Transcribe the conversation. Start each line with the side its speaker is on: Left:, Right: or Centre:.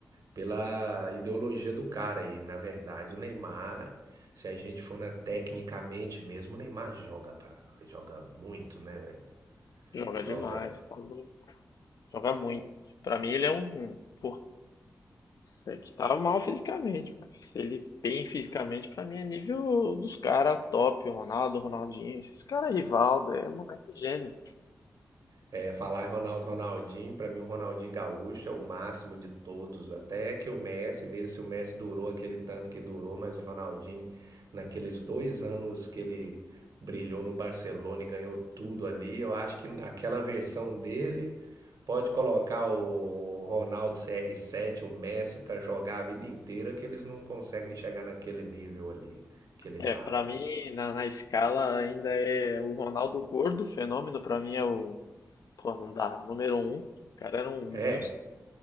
Right: pela ideologia do cara. E na verdade, o Neymar, se a gente for na tecnicamente mesmo, o Neymar joga, pá, joga muito, né, velho?
Left: Joga
Right: Joga.
Left: demais, tá louco. Joga muito. Pra mim ele é um, um- pô, é que tá mal fisicamente, mas ele bem fisicamente pra mim é nível dos caras top, Ronaldo, Ronaldinho, esses caras Rivaldo, é moleque gênio.
Right: É, falar em Ronaldo, Ronaldinho, pra mim o Ronaldinho Gaúcho é o máximo de todos, até que o Messi, mesmo se o Messi durou aquele tanto que durou, mas o Ronaldinho, naqueles dois anos que ele brilhou no Barcelona e ganhou tudo ali, eu acho que aquela versão dele pode colocar o Ronaldo CR7, o Messi, pra jogar a vida inteira, que eles não conseguem chegar naquele nível ali que ele
Left: É,
Right: tava.
Left: pra mim na, na escala ainda é o Ronaldo gordo, fenômeno pra mim é o, pô, não dá, número um. O cara era um
Right: É,
Left: monstro.